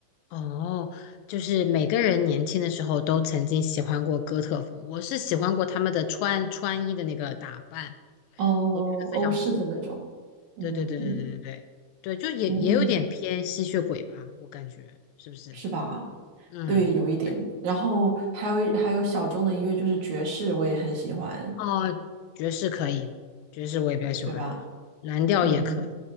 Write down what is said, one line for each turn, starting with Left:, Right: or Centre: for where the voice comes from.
Left: 哦，就是每个人年轻的时候都曾经喜欢过哥特风，我是喜欢过他们的穿穿衣的那个打扮，
Right: 哦，
Left: 我觉得非常酷。
Right: 欧式的那种，嗯
Left: 对对对对对对对，对，就也也有点偏吸血鬼吧，
Right: 嗯，
Left: 我感觉是不是？
Right: 是吧？
Left: 嗯。
Right: 对，有一点。
Left: 对。
Right: 然后还有一还有小众的音乐，就是爵士，我也很喜欢，
Left: 哦，爵士可以，爵士我也比较喜欢，
Right: 对吧？
Left: 蓝调也可以。
Right: 嗯，